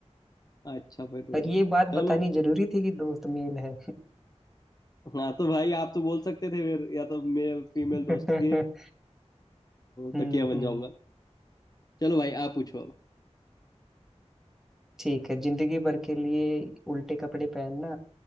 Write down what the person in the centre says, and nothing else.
और ये बात
बतानी जरूरी थी कि दोस्त मेल है
<laughs>
हम्म
हम्म
ठीक है जिंदगी भर के लिए उल्टे कपड़े पहनना